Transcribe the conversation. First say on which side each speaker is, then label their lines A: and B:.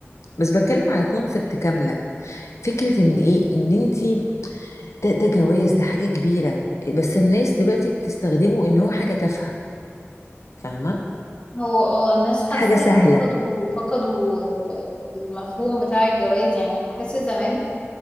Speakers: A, on the left; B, on the left.
A: بس بتكلم على كونسبت كامله فكره ان ايه ان انت ده ده جواز ده حاجه كبيره بس الناس دلوقتي بتستخدمه ان هو حاجه تافهه فاهمه
B: هو اه الناس حاسة
A: حاجه سهله
B: فقدوا فقدوا آه، المفهوم بتاع الجواز يعني بحس زمان